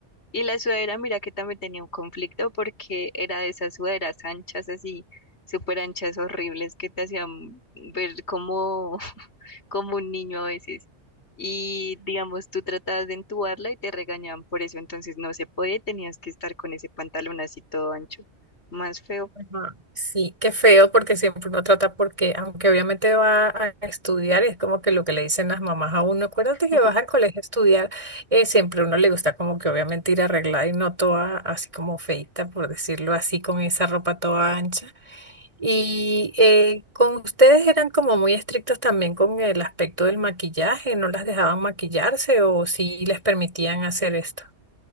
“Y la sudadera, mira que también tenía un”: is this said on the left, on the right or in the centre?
Left